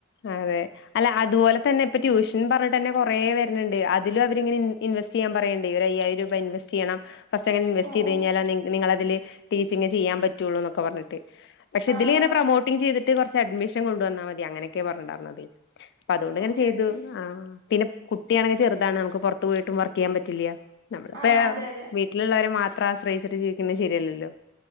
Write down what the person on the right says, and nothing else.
ഓഹ്
ഓഹ്
ആഹ്
ഓക്കെ
ഓക്കെ
ആഹ് അതെ അതെ